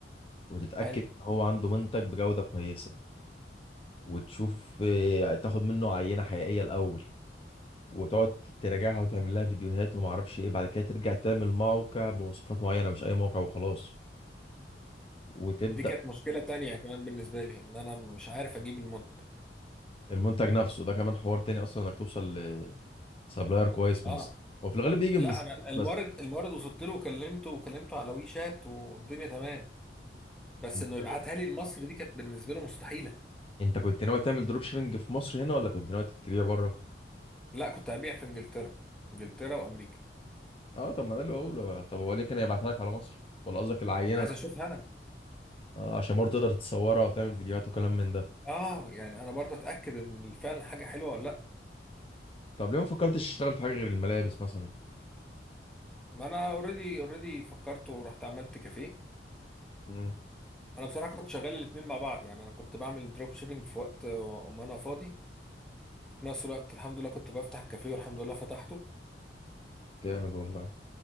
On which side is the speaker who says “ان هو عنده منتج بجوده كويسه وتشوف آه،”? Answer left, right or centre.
Left